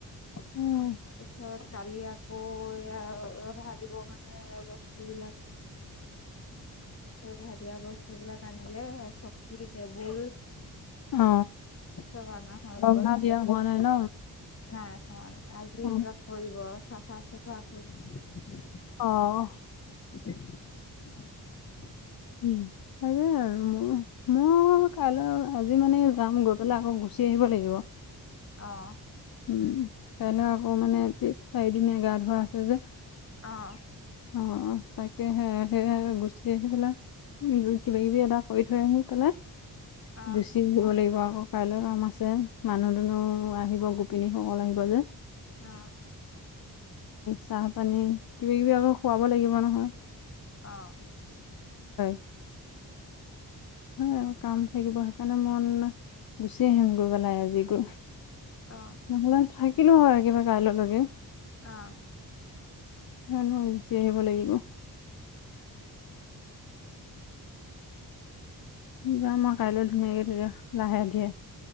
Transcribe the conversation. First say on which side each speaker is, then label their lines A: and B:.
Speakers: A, on the left; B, on the left.
A: তাৰপিছত
B: উম
A: কালি আকৌ কৌ এয়া ৰভা দিব কাৰনে বস্তুবিলাক ৰভা দিয়া বস্তুবিলাক আনিলে চকী, টেবুল
B: অ
A: চব আনা হৈ
B: ৰভা
A: গ'ল। নাই।
B: দিয়া হোৱা ন
A: হয়, আজি
B: অ
A: এইবিলাক কৰিব আৰু। চাফা-চফা কৰি
B: অ'।
A: উম।
B: উম তাকে মোৰ, মোৰ কাইলৈ আজি মানে যাম, গৈ পেলাই আকৌ গুচি আহিব লাগিব।
A: অ'।
B: উম কাইলৈ আকৌ মানে চাৰিদিনীয়া গা ধোৱা আছে যে।
A: অ'।
B: অ' তাকেহে সে গুচি আহি পেলাই এই কিবাকিবি এটা কৰি থৈ আহি পেলাই
A: অ
B: গুচি আহিব লাগিব। আকৌ কাইলৈ কাম আছে মানুহ-দুনুহ আহিব। গোপিনীসকল আহিব যে
A: অ
B: চাহপানী কিবাকিবি আকৌ খুৱাব লাগিব নহয়!
A: অ
B: <unintelligible> হয় কাম থাকিব, সেইকাৰণে মন গুচি আহিম গৈ পেলাই আজি গৈ
A: অ অ
B: নহ'লে থাকিলো হয়, কিবা কাইললৈকে
A: অ'।
B: মইনো গুচি আহিব লাগিব।
A: উম।
B: যাম আৱ কাইলৈ ধুনীয়াকে তেতিয়া লাহে- ধিৰে।